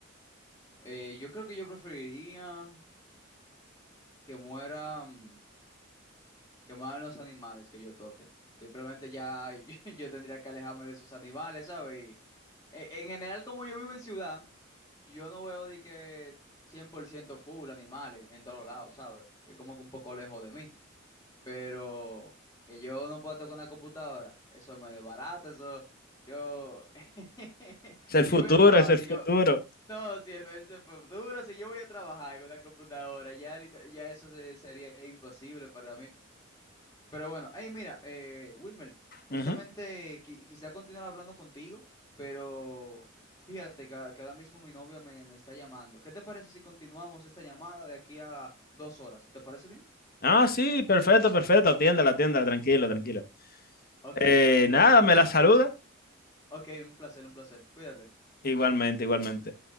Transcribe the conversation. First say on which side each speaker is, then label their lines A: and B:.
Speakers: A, on the left; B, on the left.
A: Eh, yo creo que yo preferiría que mueran, que mueran los animales que yo toque. Simplemente ya <laughs> yo, yo tendría que alejarme de esos animales, ¿sabes? Y, eh, en general, como yo vivo en ciudad, Yo no veo de que 100% full animales en todos lados, ¿sabes? Es como que un poco lejos de mí. Pero que yo no pueda tocar una computadora, eso me desbarata, eso. Yo. <laughs>
B: Es el
A: Si
B: futuro,
A: yo voy a trabajar,
B: es el
A: si
B: futuro.
A: yo. No, si el mes de futuro, si yo voy a trabajar con una computadora, ya, liter- ya eso se- sería imposible para mí. Pero bueno, hey, mira, eh, Wilmer, justamente
B: Ujú.
A: qui- quisiera continuar hablando contigo, pero fíjate que, a- que ahora mismo mi novia me, me está llamando. ¿Qué te parece si continuamos esta llamada de aquí a dos horas? ¿Te parece bien?
B: Ah, sí, perfecto, perfecto. Atiéndela, atiéndela, tranquilo, tranquilo.
A: Ok,
B: Eh,
A: un placer,
B: nada,
A: Wilmer.
B: me la saluda.
A: Ok, un placer, un placer. Cuídate.
B: Igualmente, igualmente.